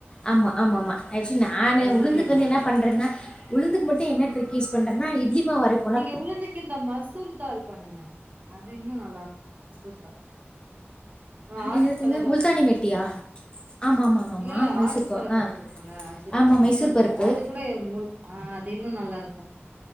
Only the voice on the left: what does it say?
ஆமா ஆமாமாம ஆக்சுவலி நானு உளுந்துக்கு
வந்து
என்ன பண்றேன்னா உழுந்துக்கு மட்டு என்ன ட்ரிக்கு யூஸ் பண்றன்னா இட்லிமாவரைப்
என்னதுங்க
முல்தானி
மெட்டியா ஆமா ஆமா ஆமா
ஆமா மைசூர்
பா
ஆ
ஆமா
மைசூர் பருப்பு